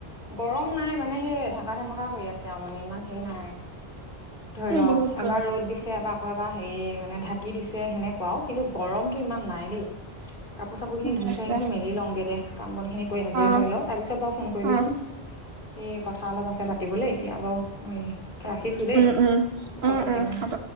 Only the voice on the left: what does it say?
গৰম নাই মানে সেই ঢাকা ধেমেকা কৰি আছে আৰু মানে ইমান হেৰি নাই। ধৰিল
এবাৰ
ৰ'দ দিছে এবাৰ আকৌ এবাৰ হেৰি মানে ঢাকি দিছে সেনেকুৱাও কিন্তু গৰম ৰ'দটো ইমান নাই দেই কাপোৰ চাপোৰ খিনি
ধুই
থৈ আহিছোঁ মেলি লওঁগে দে কাম বন খিনি কৰি আজৰি
হয় লও তাৰপিছত বাৰু ফোন কৰিবিচোন।
এ কথা অলপ আছে পাতিবলে এতিয়া বাৰু এই ৰাখিছো দেই।
পিছত
পাতিম
আৰু